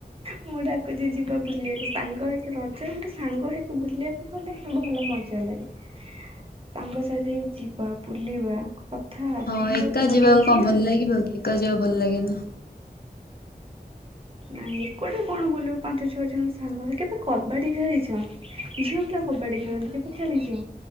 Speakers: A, on the right; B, on the left.
A: ମୁଁ ଡାକୁଛି ଯିବା ବୁଲିବାକୁ ସାଙ୍ଗ ହେଇକି ରଜ ଗୋଟେ ସାଙ୍ଗ ହେଇକି ବୁଲିବାକୁ ଗଲେ ହଁ ଭଲ ମଜା ଲାଗେ ସାଙ୍ଗସାଥି ହେଇ ଯିବା ବୁଲିବା କଥା ହବା
B: ହଁ
A: ବହୁତ
B: ଏକା
A: ଭଲ
B: ଯିବାକୁ
A: ହବ
B: କଣ
A: ନା।
B: ଭଲ ଲାଗିବ କି। କା ଯିବା ଭଲ ଲାଗେ ନା।
A: ନାଇଁ ଏକୁଟିଆ କଣ ବୋଲିବୁ ପାଞ୍ଚ ଛଅ ଜଣ ସାଙ୍ଗରେ କେବେ କବାଡି ଖେଳିଚ? ଝିଅ ପିଲା କବାଡି ଖେଳନ୍ତି କେବେ ଚାଲିଚ